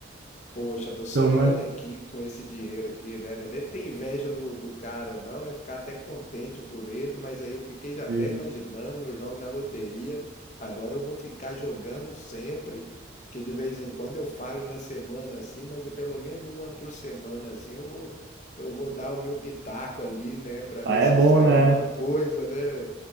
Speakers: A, on the left (about 40°); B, on the right (about 55°).
A: Poxa, tô sonhando
B: tomando,
A: aqui com esse dinheiro aqui, né? Não tem inveja do, do cara, não. É ficar até contente por ele, mas aí eu fiquei já até
B: sim.
A: imaginando, eu jogo na loteria, agora eu vou ficar jogando sempre, porque de vez em quando eu falho na semana assim, mas é pelo menos uma por semana assim, eu vou, eu vou dar o meu pitaco ali, né? Pra ver
B: Ah, é
A: se
B: bom,
A: sai
B: né?
A: alguma coisa, né?